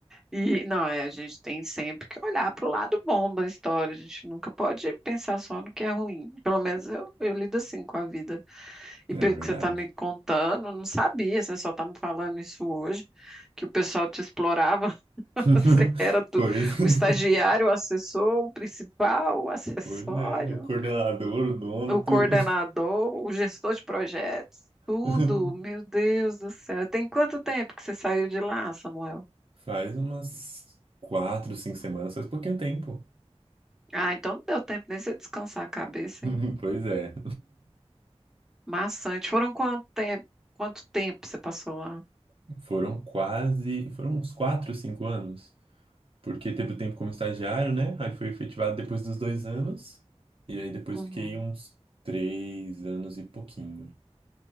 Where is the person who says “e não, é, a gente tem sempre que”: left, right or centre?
Centre